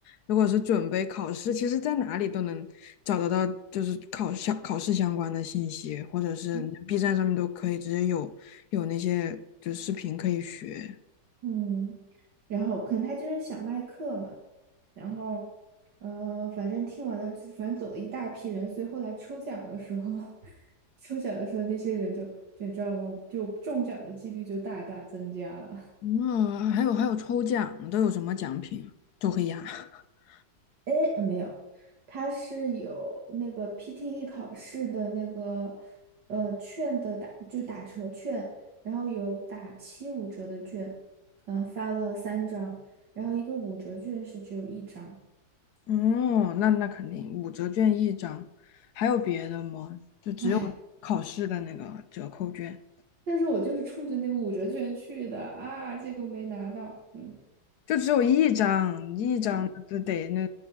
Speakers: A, on the left; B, on the right.
A: 如果是准备考试，其实在哪里都能找得到，就是考相考试相关的信息，或者是
B: <laughs>
A: B 站上面都可以直接有有那些就视频可以学。
B: 嗯，然后可能他就是想卖课嘛，然后呃，反正听完了之反正走了一大批人，所以后来抽奖的时候，<laughs> 抽奖的时候那些人就就你知道吗？就中奖的几率就大大增加了。<laughs>
A: 嗯，还有还有抽奖呢，都有什么奖品啊周黑鸭。<laughs>
B: 哎，呃没有，他是有那个 PTE 考试的那个呃券的打，就打折券，然后有打七五折的券，嗯、发了三张，然后一个五折券是只有一张。
A: 哦，那那肯定五折券一张，还有别的吗？就只有考试的那个折扣券，
B: <laughs> 哎，但是我就是冲着那个五折券去的啊，结果没拿到。嗯
A: 就只有一张，一张就得那
B: 嗯，